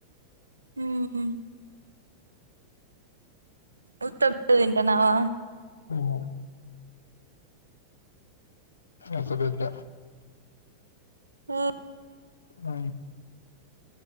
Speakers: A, on the right; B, on the left.
A: ఉహు ఉత్తప్ప తింటున్నావా టా నావా
B: మ్ ఒక పెద్ద
A: ఆ
B: ఆ